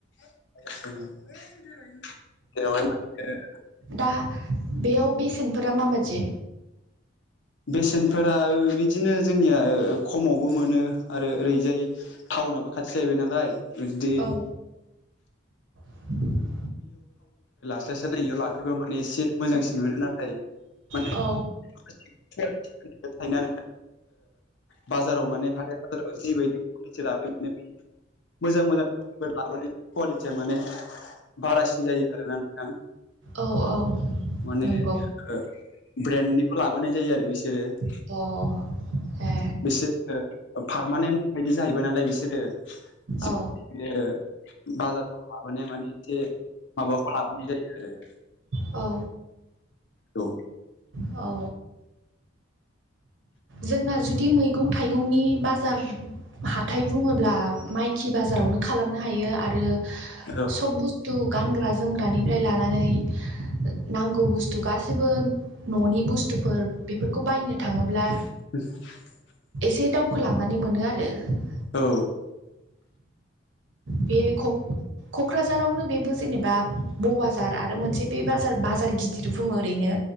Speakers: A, on the left (about 65°); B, on the right (about 70°).
A: बेवहायनो बांसिन गेदेर जायो आरो जोंनिया
B: हा बेयाव बेसेनफोरा माबादि?
A: बेसेनफोरा बिदिनो जोंनिया खमावबो मोनो आरो ओरै जाय टाउनाबो खाथि जाहैबाय नालाय बिदि
B: औ <inaudible>
A: एसारस नायनो लाफैबा माने एसे मोजांसिन मोनो नाथाय माने
B: औ
A: <unintelligible> ओ माने बाजाराव माने हाथाय बाजाराव जिबायदि लाबोयो माने मोजां मोजां लाबोनाय कुवालिटिया माने बारासिन जायो आरोना नोंथां ।
B: औ औ
A: माने
B: नंगौ
A: ओ ब्रेन्डनिखौ लाबोनाय जायो आरो बिसोरो ।
B: अ
A: बिसोर ओ पारमानेन्ट बायदि जाहैबाय नालाय बिसोरो <unintelligible>
B: औ
A: बाजारफोर लाबोनाय माने एसे माबाखौ लाबोनाय जायो आरो ।
B: औ
A: औ
B: औ जोंना जुदि मैगं थाइगंनि बाजार हाथाइ बुङोब्ला माइखि बाजार रावनो खालामनो आरो
A: औ
B: सब बुुसथु गानग्रा जोमग्रानिफ्राय लानानै ओ नांगौ बुस्थु गासैबो न'नि बुस्थु बुस्थुफोर बेफोरखौ बायनो थाङोब्ला
A: <unintelligible>
B: एसे दावखोलांनानै मोनो आरो ।
A: औ
B: बे क'क्राझारावनो बेबो जेनेबा ब बाजार आरो मोनसे बे बाजार बाजार गिदिर बुङो ओरैनो